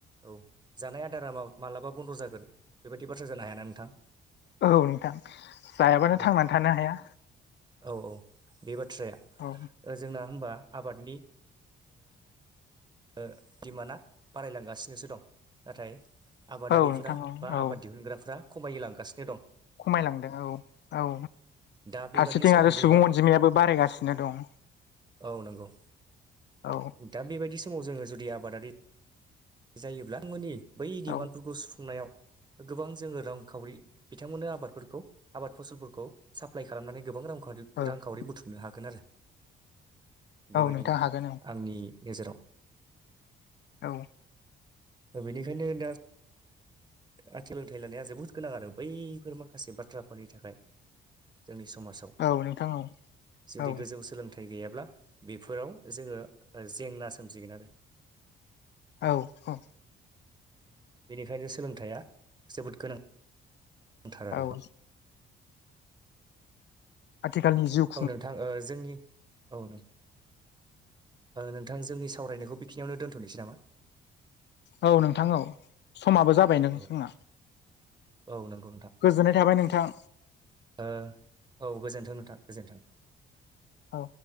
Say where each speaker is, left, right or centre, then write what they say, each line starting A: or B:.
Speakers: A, on the right; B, on the left.
A: औ जानाय आदारा मालाबा बन्द' जागोन बेबादि बाथ्रा जानो हायाना नोंथां?
B: औ नोंथां जायाबानो
A: औ
B: थांनानै थानो हाया
A: औ औ बे बाथ्राया
B: औ।
A: जोंना होनबा आबादनि ओ डिमान्डआ बारायलांगासिनोसो दं नाथाय। आबादारिफोरा
B: औ नोंथां औ
A: बा
B: औ
A: आबाद दिहुनग्राफ्रा खमाय लांगासिनो दं।
B: खमायलांदों औ औ
A: दा बेबायदि
B: फारसेथिं
A: समाव
B: आरो
A: जोङो
B: सुबुं अनजिमायाबो बारायगासिनो दं।
A: औ नंगौ।
B: औ।
A: दा बेबायदि समाव जोङो जुदि आबादारि जायोब्ला नोंथांमोननि बै डिमान्डफोरखौ
B: औ
A: सुफुंनायाव गोबां जोङो रांखावरि। बिथांमोननो आबादफोरखौ आबाद फसलफोरखौ साप्लाइ खालामनानै गोबां रांखान्थि
B: औ
A: रांखावरि बुथुमनो हागोन आरो बेबायदि
B: औ
A: नोंथां
B: हागोन
A: आंनि गेजेराव
B: औ।
A: बेनिखायनो दा आथिखाल सोलोंथाइ लानाया जोबोद गोनां आरो बैफोर माखासे बाथ्राफोरनि थाखाय जोंनि समाजाव
B: औ नोंथां औ औ
A: जुदि गोजौ सोलों थाइ गैयाब्ला बेफोराव जोङो जेंना सोमजिगोन आरो
B: औ औ
A: बेनिखायनो सोलोंथाइया जोबोद गोनांथार
B: औ
A: आरो
B: औ आथिखालनि जुग
A: औ नोंथां ओ जोंनि औ नों नोंथां जोंनि सावरायनायखौ बेखिनियावनो दोनथ'नोसै नामा
B: औ नोंथां औ समाबो जा जाबाय नों
A: औ
B: सोंना
A: औ नंगौ
B: गोजोननाय थाबाय नोंथां।
A: ओ औ गोजोन्थों नोंथां गोजोन्थों
B: औ।